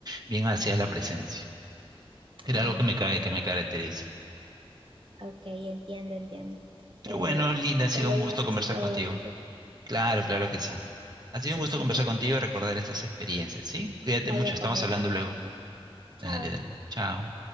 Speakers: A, on the right (about 45°); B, on the right (about 60°).
A: bien hacia la presencia. Era
B: Ajá.
A: algo que me, ca- que me caracteriza.
B: Ok, entiendo, entiendo.
A: Pero
B: Eh,
A: bueno, Linda, ha sido
B: te veías
A: un gusto conversar
B: así todo
A: contigo.
B: bonito.
A: Claro, claro que sí.
B: Vale.
A: Ha sido
B: Sí,
A: un gusto
B: sí,
A: conversar
B: ya.
A: contigo y recordar estas experiencias, ¿sí? Cuídate
B: Vaya
A: mucho,
B: a
A: estamos
B: comer,
A: hablando
B: vaya
A: luego.
B: a comer. Chao.
A: Dale, dale. Chao.